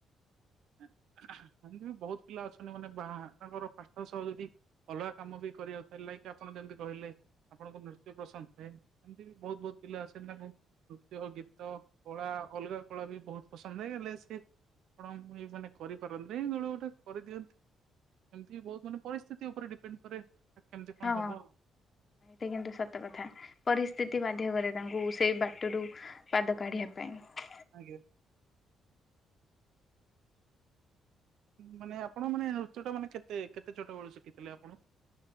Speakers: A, on the right; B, on the left.
A: ଏମିତି ବି ବୋହୁତ ପିଲା ଅଛନ୍ତି ମାନେ ବାହାଙ୍କର ପାଠ ସହ ଯଦି ଅଲଗା କାମ ବି କରିବାକୁ ହେଲାକି ଆପଣ ଯେମତି କହିଲେ। ଆପଣଙ୍କ ନୃତ୍ୟ ପ୍ରସନ୍ଦ <unintelligible> ଏମିତି ବି ବହୁତ ବହୁତ ପିଲା ଆସେନି ତାଙ୍କୁ ନୃତ୍ୟ ଗୀତ କଳା ଅଲଗା କଳା ବି ବହୁତ ପସନ୍ଦ ହେଇଗଲେ ସେ ଆପଣ ମୁଁ ଏ ମାନେ କରିପାରନ୍ତି ଦେଳୁ ଗୋଟେ କରିଦିଅନ୍ତି। ଏମିତି ବୋହୁତ ମାନେ ପରିସ୍ଥିତି ଉପରେ ଡିପେଣ୍ଡ କରେ। କେମିତି କଣ
B: ହଁ।
A: ହବ
B: ସେ କିନ୍ତୁ ସତ କଥା ପରିସ୍ଥିତି ବାଧ୍ୟ କରେ ତାଙ୍କୁ ସେଇ ବାଟରୁ ପାଦ କାଢିବା ପାଇଁ।
A: ଆଜ୍ଞା। ମାନେ ଆପଣ ମାନେ ନୃତ୍ୟ ଟା ମାନେ କେତେ କେତେ ଛୋଟବେଳୁ ଶିକିଥିଲେ ଆପଣ?